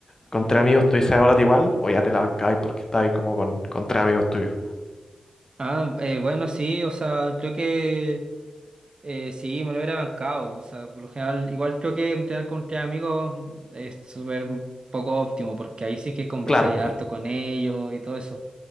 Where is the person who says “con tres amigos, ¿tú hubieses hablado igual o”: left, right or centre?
Left